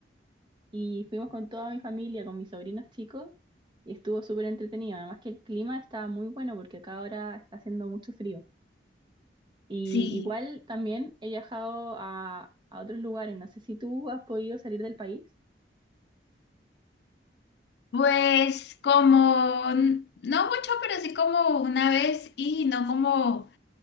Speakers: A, on the right; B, on the left.
A: y fuimos con toda mi familia, con mis sobrinos chicos y estuvo súper entretenido. Además que el clima está muy bueno porque acá ahora está haciendo mucho frío. Y
B: Sí,
A: igual también he viajado a, a otros lugares. No sé si tú has podido salir del país.
B: pues como, n- no mucho, pero sí como una vez y no como